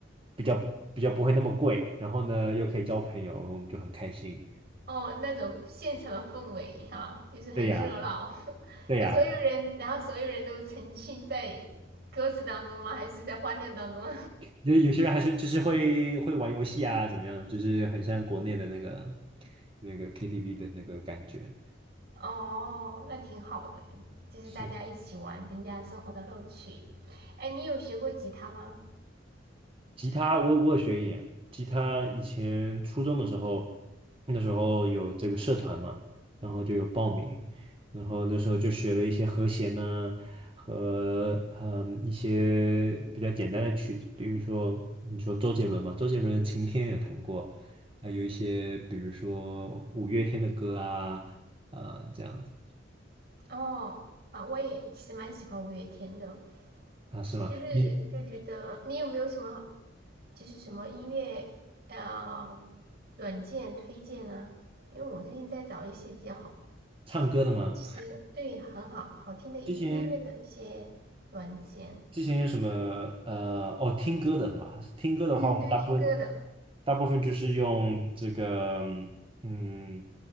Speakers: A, on the right (about 30°); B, on the right (about 55°).
A: 比较比较不会那么贵，然后呢又可以交朋友，我们就很开心。
B: 哦，那种现场的氛围哈，就是很热闹，
A: 对呀，
B: <laughs>
A: 对呀，
B: 那所有人，然后所有人都沉浸在歌词当中吗？还是在欢乐当中？
A: 就是有些人还是就是会会玩游戏啊，怎么样？就是很像国内的那个那个 KTV 的那个感觉。
B: <laughs> 哦，那挺好的，就是大家一起玩，
A: 是。
B: 增加生活的乐趣。哎，你有学过吉他吗？
A: 吉他我我也学一点，吉他以前初中的时候，那时候有这个社团嘛，然后就有报名，然后那时候就学了一些和弦呢、和嗯一些比较简单的曲子，比如说你说周杰伦嘛，周杰伦的《晴天》有弹过，还有一些比如说五月天的歌啊，呃这样子
B: 哦，啊，我也其实蛮喜欢五月天的，
A: 啊，是吗？
B: 就是就觉得你有没有什么
A: 你
B: 就是什么音乐呃软件推荐啊？因为我最近在找一些比较好
A: 唱歌的吗？
B: 其实对很好好听的一些音乐的一些软件，
A: 之前。之前有什么呃哦听歌的是吧？听歌的话，
B: 嗯，
A: 我嗯大部分
B: 对于听歌的
A: 大部分就是用这个嗯